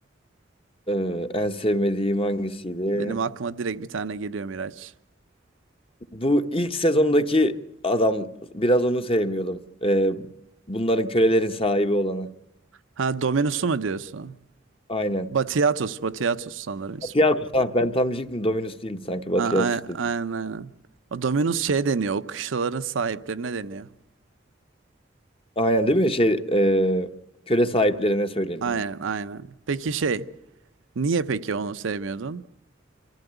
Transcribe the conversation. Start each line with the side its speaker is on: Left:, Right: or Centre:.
Left: Ee, en sevmediğim hangisiydi?
Right: Benim aklıma direkt bir tane geliyor Miraç.
Left: Bu ilk sezondaki adam biraz onu sevmiyordum. Ee, bunların kölelerin sahibi olanı.
Right: Ha Dominus'u mu diyorsun?
Left: Aynen.
Right: Batiatus, Batiatus sanırım ismi.
Left: Batiatus ha ben tam diyecektim Dominus değildi sanki Batiatus
Right: A- a-
Left: dedi.
Right: Aynen aynen. O Dominus şey deniyor, o kışlaların sahiplerine deniyor.
Left: Aynen değil mi? Şey e, köle sahiplerine söyleniyor.
Right: Aynen aynen. Peki şey, niye peki onu sevmiyordun?